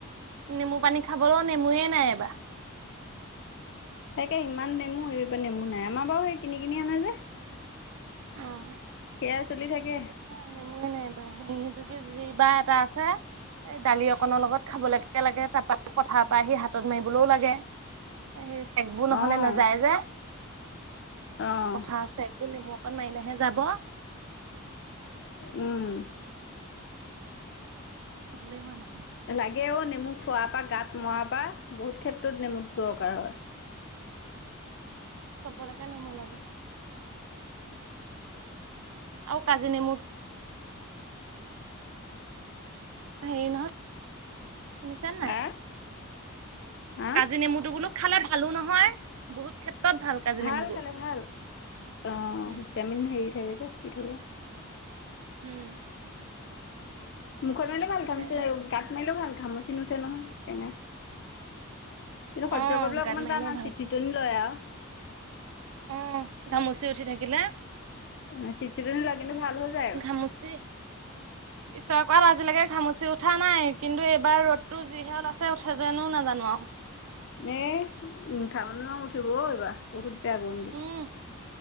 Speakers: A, on the right; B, on the left.
A: নেমু পানী খাবলো নেমুৱে নাই এইবাৰ।
B: তাকে সিমান নেমু এইবাৰ নেমু নাই। আমাৰ বাৰু হেই কিন কিনি আনে যে।
A: অঁ।
B: সেইয়া চলি থাকে।
A: উম, নেমুৱে নাই এইবাৰ। <unintelligible> এটা আছে। এই দালি অকণৰ লগত খাবলেকে লাগে। তাৰপৰা পথাৰ পৰা আহি হাতত মাৰিবলো লাগে। সেই ছেগবোৰ নহলে
B: অঁ
A: নাযায় যে।
B: অঁ
A: পথাৰৰ ছেগবোৰ নেমু অকণ মাৰিলেহে যাব।
B: উম।
A: খাবলে হোৱা নাই।
B: লাগে অ' নেমু খোৱাৰ পৰা, গাত মৰাৰ পৰা বহুত ক্ষেত্ৰত নেমু দৰকাৰ হয়।
A: চবলেকে নেমু লাগে। আৰু কাজি নেমুত হেৰি নহয়, শুনিছা নে নাই?
B: আ হা
A: কাজি নেমুটো বোলো খালে ভালো নহয়, বহুত ক্ষেত্ৰত ভাল। কাজি
B: ভাল
A: নেমুটো
B: খালে ভাল। অঁ
A: উম
B: ভিটামিন হেৰি থাকে যে চি থাকে।
A: উম।
B: মুখত মাৰিলেও ভাল
A: তাকে
B: ঘামুচি থাকিলে, গাত মাৰিলেও ভাল ঘমুচি নুঠে নহয় টেঙা। কিন্তু সহ্য
A: অ
B: কৰিবলৈ
A: গাত
B: অকণমান
A: মাৰিলেও
B: টান হয়
A: ভাল
B: চিত্ চিতনি লয় আৰু।
A: অ ঘামুচি উঠি থাকিলে
B: উম চিট -চিটনি লাগে কিন্তু ভাল হৈ যায় ক
A: ঘামচি ঈশ্বৰ কৃপাত আজিলৈকে ঘামচি উঠা নাই কিন্তু এইবাৰ ৰ'দটো যি যিহে ওলাইছে উঠে যেনো নাজানো আৱ
B: এ নুঠা মানুহো উঠিবও এইবাৰ বহুত বেয়া গৰম দিছে
A: উম